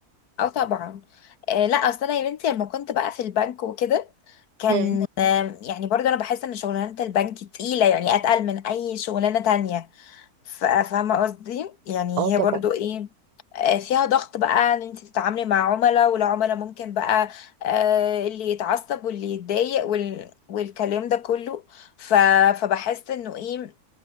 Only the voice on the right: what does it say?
مم.
اه طبعا